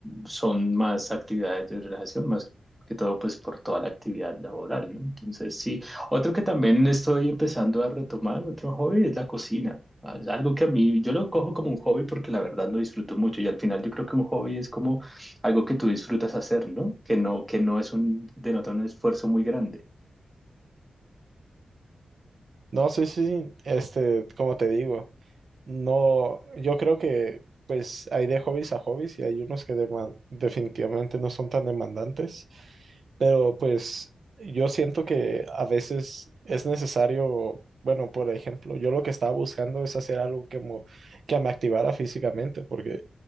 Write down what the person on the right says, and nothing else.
No, sí, sí, este, como te digo. No, yo creo que pues hay de hobbies a hobbies y hay unos que deman- definitivamente no son tan demandantes, pero pues yo siento que a veces es necesario, bueno, por ejemplo, yo lo que estaba buscando es hacer algo que, mo- que me activara físicamente, porque